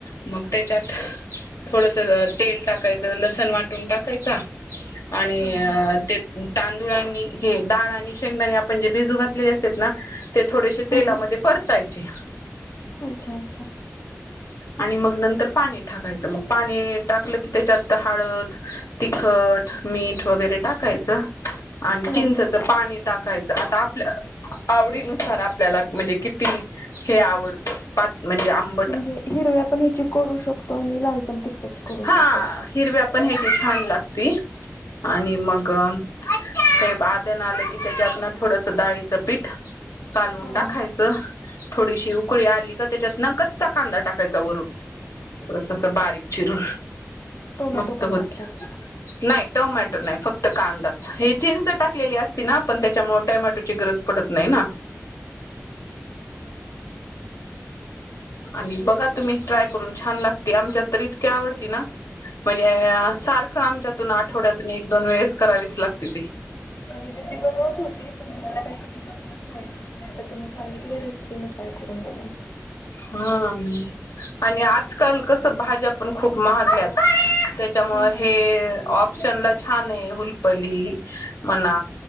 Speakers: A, on the left; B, on the left.
A: मग त्याच्यात थोडस तेल टाकायचं लसण वाटून टाकायचा आणि
B: हा हा
A: अ ते टां व्यानी हे दाळ आणि शेंगदाणे आपण जे भिजू घातलेले असेत ना ते थोडेसे तेलामध्ये
B: ह ह
A: परतायचे.
B: अच्छा अच्छा
A: आणि मग नंतर पाणी टाकायचं मग पाणी टाकलं की त्याच्यात हळद तिखट मीठ वगैरे टाकायचं. आणि चिंचाचं
B: अच्छा
A: पाणी टाकायचं. आता आपल्या आवडीनुसार आपल्याला म्हणजे किती हे आवडतं पात म्हणजे आं
B: म्हणजे हिरव्या पण ह्याची करू शकतो आणि लाल पण तिकट्याची करू
A: हा
B: शकतो.
A: हिरव्या पण ह्याची छान लागती आणि मग ते आदन आले की त्याच्यात ना थोडस डाळीचं पीठ कालून
B: हा
A: टाकायचं
B: हा
A: थोडीशी उकळी आली का त्याच्यात नकत कांदा टाकायचा वरून थोडस अस बारीक चिरून
B: टोमॅटो
A: मस्त
B: पण
A: होतिया
B: टाकतात.
A: नाही तव माझी फक्त कांदाच हे चिंच टाकलेली असती. ना पण त्याच्यामुळे टमॅटोची गरज पडत नाही ना. आणि बघा तुम्ही ट्राय करून छान लागते. आमच्यात तर इतकी आवडती ना म्हणजे सारखं आमच्यातून आठवड्यातून एक दोन वेळेस करावीच लागते ती.
B: माझी दीदी बनवत होती. पण मला काही कधी जमलंच नाही. पण मी आता तुम्ही सांगितली रेसिपी मी ट्राय करून बगेन.
A: हा आणि आजकाल कस भाज्या पण खूप महाग्यात त्याच्यामुळ
B: हो ना
A: हे ऑप्शनला छान आहे. हुलपली म्हणा